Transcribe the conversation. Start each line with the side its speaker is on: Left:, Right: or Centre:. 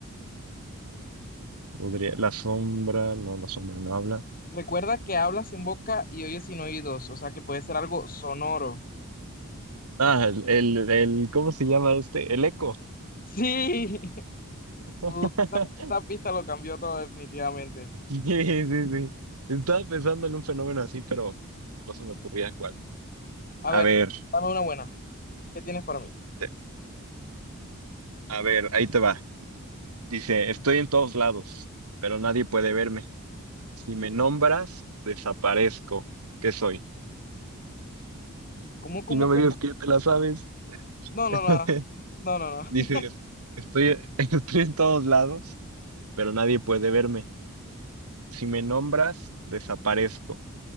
Right: Podría, la sombra, no, la sombra no habla.
Left: Recuerda que hablas sin boca y oyes sin oídos, o sea que puede ser algo sonoro.
Right: Ah, el, el, el- ¿cómo se llama este? El eco.
Left: Sí, <laughs>
Right: <laughs>
Left: Uf, esa, esa pista lo cambió todo definitivamente.
Right: Sí, sí, sí. Estaba pensando en un fenómeno así, pero no se me ocurría cuál.
Left: A
Right: A
Left: ver,
Right: ver,
Left: dame una buena. ¿Qué tienes para mí?
Right: te- a ver, ahí te va. Dice, estoy en todos lados, pero nadie puede verme. Si me nombras, desaparezco. ¿Qué soy?
Left: ¿Cómo, cómo,
Right: Y no
Left: cómo?
Right: me digas que ya te la sabes.
Left: No, no,
Right: <laughs>
Left: no, no, no,
Right: Dices,
Left: no.
Right: estoy, <laughs> estoy en todos lados, pero nadie puede verme. Si me nombras, desaparezco.